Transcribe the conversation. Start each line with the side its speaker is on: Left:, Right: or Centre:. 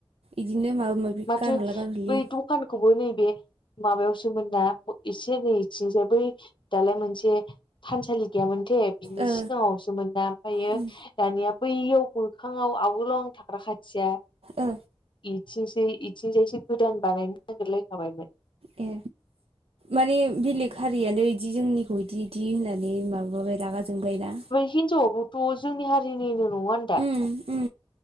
Right: इदिनो माबा
Left: माथो
Right: गारहरला गारहरलि
Left: बै दखानखौबो नैबे माबायावसोमोन ना एसे नै ए बै दालाय मोनसे थानसालि गैयामोन। दे बिनि
Right: ओ
Left: सिगाङावसोमोना ओमफ्रायो
Right: उम
Left: दानिया बैयाव मोखाङाव आवोलाव थाग्रा खाथिया
Right: ओ
Left: इथिं इथिं जायसे गोदान बानायनो नागिरलायखाबायमोन।
Right: ए माने बेलेग हारियानो बिदि जोंनिखौ बिदि इदि होननानै माबाबाय रागा जोंबायना।
Left: हिनजावआबोथ' जोंनि हारिनिनो नङा होनदा
Right: उम उम